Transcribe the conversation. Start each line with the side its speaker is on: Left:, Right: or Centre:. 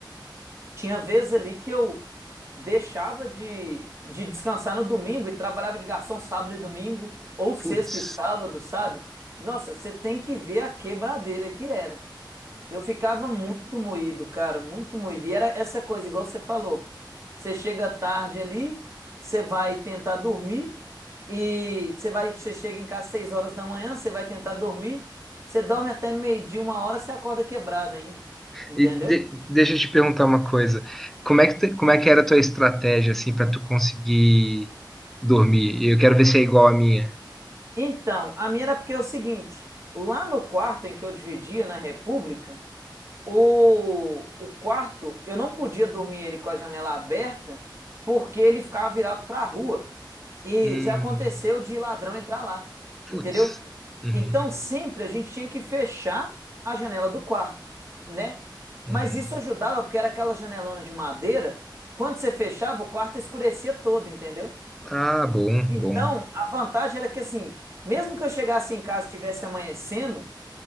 Right: tinha vezes ali que eu deixava de, de descansar no domingo e trabalhava de garçom sábado e domingo, ou sexta
Centre: Putz.
Right: e sábado, sabe? Nossa, você tem que ver a quebradeira que era. Eu ficava muito moído, cara, muito moído. E era essa coisa, igual você falou. Você chega tarde ali, você vai tentar dormir e você vai, você chega em casa às 6 horas da manhã, você vai tentar dormir, você dorme até meio-dia, uma hora, você acorda quebrado ainda. Entendeu?
Centre: E de- deixa eu te perguntar uma coisa. Como é que, tu- como é que era a tua estratégia, assim, para tu conseguir dormir? E Eu quero ver se é igual à minha.
Right: Então, a minha era porque é o seguinte, lá no quarto em que eu dividia na República, o, o quarto, eu não podia dormir ele com a janela aberta, porque ele ficava virado para a rua. E
Centre: Hum,
Right: já aconteceu de ladrão entrar lá,
Centre: putz.
Right: entendeu?
Centre: Uhum,
Right: Então sempre a gente tinha que fechar a janela do quarto, né?
Centre: uhum.
Right: Mas isso ajudava porque era aquela janelona de madeira, quando você fechava, o quarto escurecia todo, entendeu?
Centre: Ah, bom,
Right: Então,
Centre: bom.
Right: a vantagem era que assim, mesmo que eu chegasse em casa e estivesse amanhecendo,